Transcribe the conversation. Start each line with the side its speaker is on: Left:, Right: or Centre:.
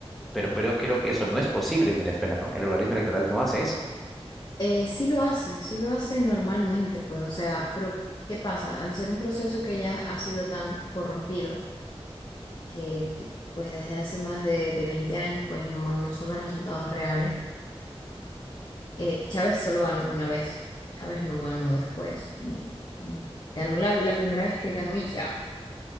Centre: pero, pero creo que eso no es posible en Venezuela, ¿no? El organismo electoral no hace eso.
Left: Eh, sí lo hace, sí lo hace normalmente, pues, o sea, pero ¿qué pasa? Al ser un proceso que ya ha sido tan corrompido, que, que, pues desde hace más de, de 20 años, pues no, no son los resultados reales. Eh, Chávez solo ganó una vez, Chávez no ganó después, ni, ni- ganó la, la primera vez que él ganó y ya.